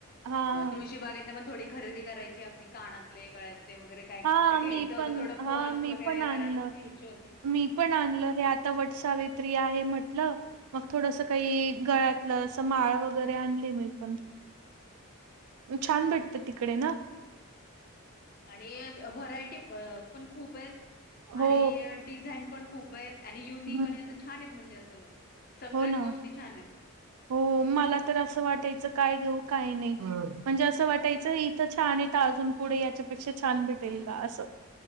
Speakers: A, on the right; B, on the left.
A: हां.
B: अ तुळशी बागेतन पण थोडी खरेदी करायची आपली कानातले गळ्यात ले वगैरे. काय
A: हां.
B: काय आता घ्यायचं
A: मी पण
B: होतं, थोडं पर्स
A: हां. मी
B: वगैरे
A: पण आणलं.
B: जरा घ्यायची होती.
A: मी पण आणलं, हे आता वटसावित्री आहे म्हटलं. मग थोडस काही गळ्यातलं, अस माळ वगैरे आणली मी पण. छान भेटत तिकडे ना?
B: आणि व्हरायटी अ पण खूपेत.
A: हो.
B: आणि डिझाईन पण खूपेत. आणि युनिक
A: हं.
B: आणि असं छानेत, म्हणजे असं सगळच
A: हो ना.
B: गोष्टी छानेत.
A: हो मला तर असं वाटायचं काय घेऊ काय नाही. म्हणजे असं वाटायचं इथ छाने त, अजून पुढे याच्यापेक्षा छान भेटेल का? असं.